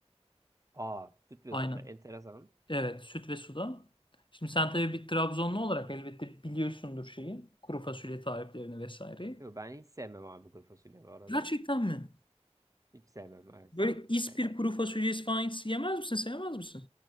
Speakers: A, on the right; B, on the left.
A: Aa sütlü
B: Aynen.
A: da enteresan.
B: Evet, süt ve suda. Şimdi sen tabii bir Trabzonlu olarak elbette biliyorsundur şeyi. Kuru fasulye tariflerini vesaire.
A: Yok ben hiç sevmem abi kuru fasulye bu arada.
B: Gerçekten mi?
A: Hiç sevmem evet.
B: Böyle ispir
A: Yani
B: kuru fasulyesi falan hiç yemez misin? Sevmez misin?